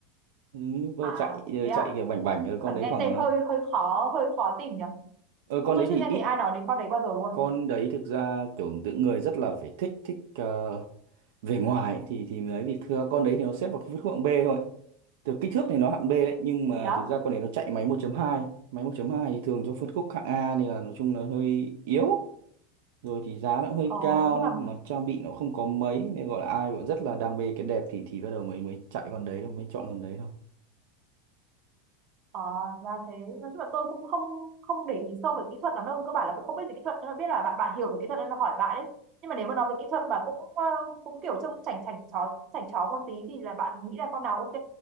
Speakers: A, on the right; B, on the right.
A: Mini Cooper
B: à
A: chạy ờ,
B: thế
A: chạy
B: à
A: kiểu bảnh bảnh ờ, con
B: mà
A: đấy
B: nghe
A: khoảng
B: tên
A: ờ
B: hơi hơi khó hơi khó tìm nhỉ
A: ờ, con
B: Ờ, tôi
A: đấy
B: chưa
A: thì
B: nghe
A: ít
B: thấy ai nói đến con đấy bao giờ luôn
A: con đấy thực ra kiểu tự người rất là phải thích thích ờ, về ngoài thì thì mới ấy, vì thưa con đấy thì nó xếp vào phân khúc hạng B thôi Từ kích thước này nó hạng B đấy nhưng mà
B: thế á
A: thực ra con này nó chạy máy 1.2 máy 1.2 thì thường cho phân khúc hạng A nên là nói chung là hơi yếu rồi thì giá nó cũng hơi
B: ờ,
A: cao
B: nhưng mà
A: mà trang bị nó không có mấy nên gọi là ai gọi rất là đam mê cái đẹp thì thì bắt đầu mới mới chạy con đấy thôi mới chọn con đấy thôi
B: ờ, ra thế nói chung là tôi cũng không không để ý sâu về kỹ thuật lắm đâu cơ bản là cũng không biết về kỹ thuật nhưng mà biết là bạn bạn hiểu về kỹ thuật nên là hỏi bạn đấy nhưng mà nếu mà nói về kỹ thuật mà cũng ờ, cũng kiểu trông chảnh chảnh chó chảnh chó một tí thì là bạn nghĩ là con nào ok